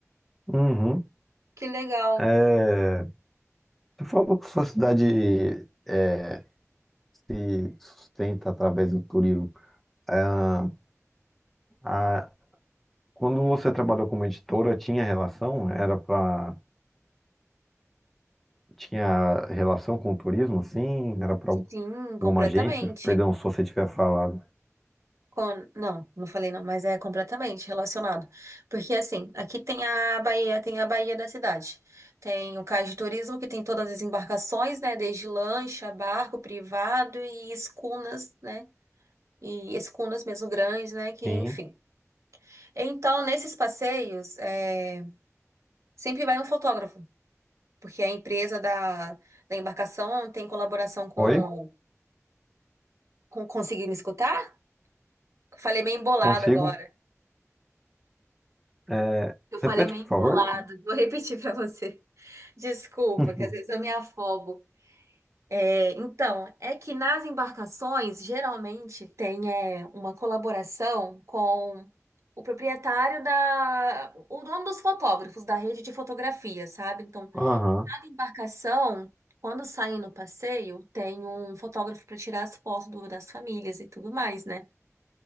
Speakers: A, in the centre; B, on the right (about 65°).
A: Uhum.
B: Que legal.
A: É, você falou que sua cidade é, se sustenta através do turismo. Ah, A, Quando você trabalhou como editora, tinha relação? Era para tinha relação com o turismo, assim? Era para
B: Sim, completamente.
A: alguma agência? Perdão, se você tiver falado.
B: Con- Não, não falei não, mas é completamente relacionado. Porque assim, aqui tem a Bahia, tem a Bahia da cidade. Tem o cais de turismo, que tem todas as embarcações, né? Desde lancha, barco privado e escunas, né? E escunas mesmo grandes, né? Que,
A: Sim.
B: enfim. Então, nesses passeios, é, sempre vai um fotógrafo, porque a empresa da, da embarcação tem colaboração com,
A: Oi?
B: com... Conseguiu me escutar? Falei meio embolado
A: Consigo?
B: agora.
A: É,
B: Eu falei
A: Repete,
B: meio
A: por
B: embolado.
A: favor.
B: Vou repetir para você. Desculpa,
A: <laughs>
B: que às vezes eu me afogo. É, então, é que nas embarcações geralmente tem é, uma colaboração com o proprietário da, o dono dos fotógrafos da rede de fotografia, sabe? Então,
A: Aham.
B: cada embarcação, quando sai no passeio, tem um fotógrafo para tirar as fotos do- das famílias e tudo mais, né?